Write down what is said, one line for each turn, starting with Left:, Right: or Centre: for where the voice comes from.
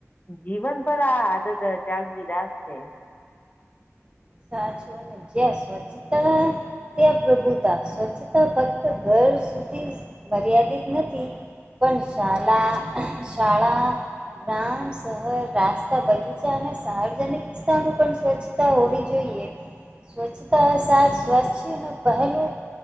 Left: જીવન પર આ આદત જાગવી રાખશે.
Right: સાચું ને, ક સ્વચ્છતા ત્યાં પ્રભુતા સ્વચ્છતા ફક્ત ઘર સુધી મર્યાદિત નથી. પણ શાલા શાળા. ગામ શર રાસ્તા બગીચા અને સાર્વજનિક વિસ્તાર ન પણ સ્વચ્છતા હોવી જોઈએ. જોઈએ, સ્વચ્છતા અ સાર સ્વસ્થ્યનું પહેલું